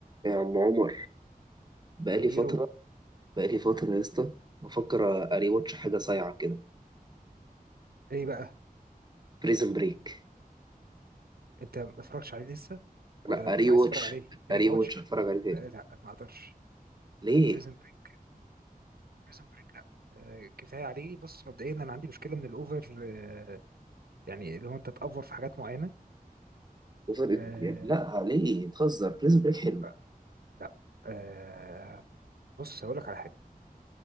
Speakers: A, on the right; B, on the right.
A: يا عم عمر بقالي
B: يا ميرو
A: فترة بقالي فترة يا اسطى بفكر اري واتش حاجة صايعة كده
B: ايه بقى
A: بريزن بريك
B: انت ما اتفرجتش عليه لسه ولا
A: لا
B: بتقول
A: اري
B: عايز
A: واتش
B: تتفرج عليه بري
A: اري
B: واتش
A: واتش اتفرج عليه تاني
B: آه، لا ما اقدرش
A: ليه؟
B: بريزن بريك بريزن بريك لا آه كفايه عليه بص مبدئيا انا عندي مشكله من الاوفر آه يعني اللي هو انت تأفور في حاجات معينه
A: وفرق
B: آه
A: يعني لا ليه؟ تهزر بريزن بريك حلو
B: آه، لا آه بص هقول لك على حاجه